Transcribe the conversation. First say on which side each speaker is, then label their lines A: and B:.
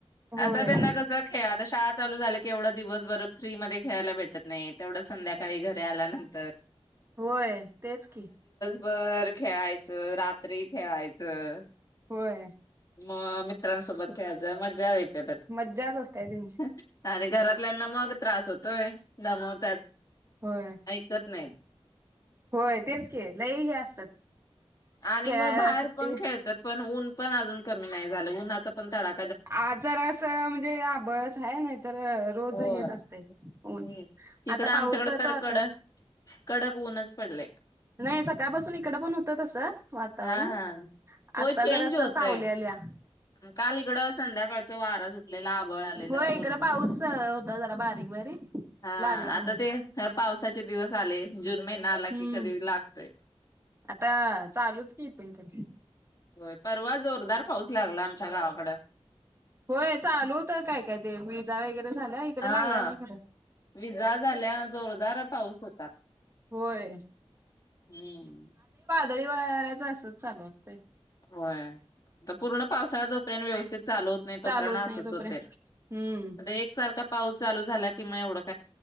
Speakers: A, on the right; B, on the left.
A: होय
B: आता त्यांना कस खेळ आता शाळा चालू झा केवढं दिवसभर फ्री मध्ये खेळायला भेटत नाही तेवढं संध्याकाळी घरी आल्यानंतर.
A: होय तेच की.
B: बर खेळायचं -- रात्री खेळायचं.
A: होय.
B: मग मित्रांसोबत खेळायचं मज्जा येत
A: मज्जाच असते त्यांची
B: <unintelligible> आणि घरातल्यांना मग त्रास होतोय. दमवतात
A: होय
B: ऐकत नाहीत
A: होय तेच की लई हे असतात
B: आणि
A: खेळायला
B: म बाहेर
A: सुट्टी
B: पण खेळतात पण ऊन पण अजून कमी नाय झाल उन्हाचा पण तडा
A: आज जरासं म्हणजे आबळस हाय नाही तर रोज
B: होय
A: हेच असतय
B: हम्म
A: ऊन
B: तिकडं
A: आता
B: आमच्याकडे
A: पावसाच
B: तर
A: वातर
B: कडक कडक ऊनच पडलंय
A: नाही सकाळपासून इकड पण होत तस वातावरण
B: हा हा होय
A: आता
B: चेंज
A: जरास
B: होतय.
A: सावली आलीया
B: काल इकडं सांग संध्याकाळ वारा सुटलेला आबळ आलेला
A: होय
B: पूर्ण
A: इकड पाऊस होता जरा बारीक बारीक
B: हा
A: लागला म्हणून
B: आता ते पावसाचे दिवस आले जून महिना नालाकी
A: हम्म
B: कधी लागतय
A: आता चालूच की इथून पुडे
B: होय परवा जोरदार पाऊस लागला आमच्या गावाकड
A: होय चालू होत काय काय ते विजा वगैरे झाल्या इकडे
B: हा
A: लागला नाही खरं
B: विजा झाल्या जोरदार पाऊस होता
A: होय
B: हम्म
A: तरी वाराच असच चालू असतय.
B: होय आत पूर्ण पावसाळ जोपल ना व्यवस्थित ते चालू होत नाही तोपर्यंत
A: चालू होत
B: असच
A: नाही तोपर्यंत
B: होतय
A: हम्म
B: आता एक सारखा पाऊस चालू झाला की <unintelligible>